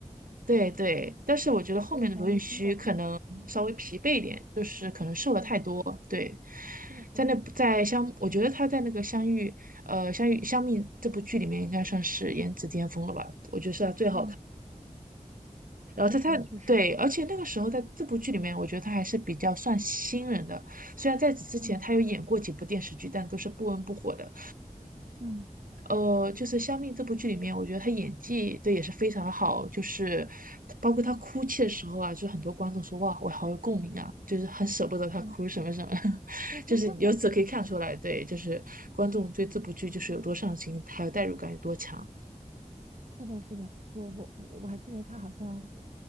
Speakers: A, on the right; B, on the right.
A: 对对，但是我觉得后面的罗云熙可能稍微疲惫一点，
B: 我以前没听过他。嗯，
A: 就是可能瘦了太多。
B: 对，
A: 对，
B: 是的，是的，
A: 在那在相，我觉得他在那个相遇，呃，相遇相遇这部剧里面应该算是颜值巅峰了吧？我觉得是他最好。
B: 嗯，
A: 然后他他对，
B: 确实，确实，
A: 而且那个时候在这部剧里面，我觉得他还是比较算新人的。虽然在此之前他有演过几部电视剧，
B: 嗯
A: 但都是不温不火的。
B: 嗯，
A: 呃，就是《香蜜》这部剧里面，我觉得他演技对也是非常的好，就是包括他哭泣的时候啊，就是很多观众说哇，我好有共鸣啊，就是很舍不得他哭什么什么，
B: 对，
A: <laughs>
B: <laughs>
A: 就是由此可以看出来，对，就是观众对这部剧就是有多上心，还有代入感有多强。
B: 是的，是的，我我我我还记得他好像就